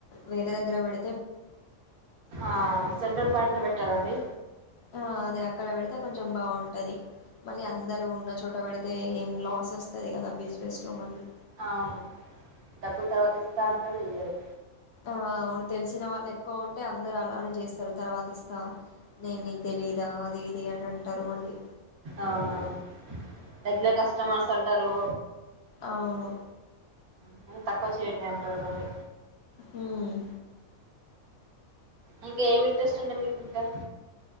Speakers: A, on the left; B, on the right.
A: వేరే దగ్గర పెడి
B: ఆ సెంటర్ పాయింట్ లో పెట్టాలండి.
A: ఆ అది అక్కడ పెడితే కొంచెం బావుంటది మల్లీ అందరూ ఉన్న చోట పెడితే ఏం లాస్ ఒస్తది కదా బిజినెస్ లో మల్లీ.
B: అవును డబ్బులు తర్వాత ఇస్తా అంటరు, ఇయ్యరు.
A: ఆ అవును తెలిసిన వాళ్లు ఎక్కువ ఉంటే అందరు అలానే జేస్తరు తర్వాత ఇస్తా, నేను నీకు తెలిదా, అదీ ఇదీ అని అంటరు మల్లి.
B: అవునవును రెగ్యులర్ కస్టమర్స్ అంటారూ.
A: అవును
B: <unintelligible> తక్కువ చేయండి అంటారు మల్లీ.
A: హ్మ్
B: ఇంకా ఏమి ఇంట్రెస్ట్ అండి మీకింక?